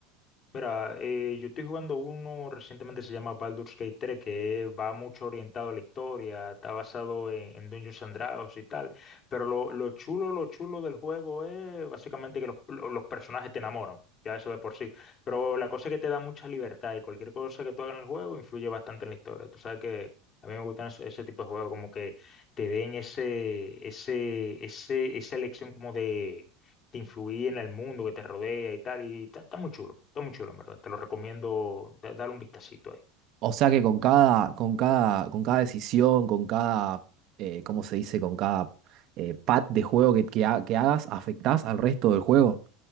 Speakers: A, on the left; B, on the right.
A: Mira, eh, yo estoy jugando uno recientemente se llama Baldur's Gate 3, que va mucho orientado a la historia, está basado en, en Dungeons and Dragons y tal, pero lo, lo chulo, lo chulo del juego es básicamente que los, lo- los personajes te enamoran, ya eso de por sí, pero la cosa es que te da mucha libertad y cualquier cosa que tú hagas en el juego influye bastante en la historia. Tú sabes que a mí me gustan ese, ese tipo de juegos, como que te den ese, ese, ese, esa elección como de te influye en el mundo que te rodea y tal. Y está, está muy chulo, está muy chulo, en verdad. Te lo recomiendo da- dar un vistacito ahí.
B: O sea que con cada, con cada, con cada decisión, con cada, eh, ¿cómo se dice? Con cada eh, pad de juego que, que, ha- que hagas, afectás al resto del juego,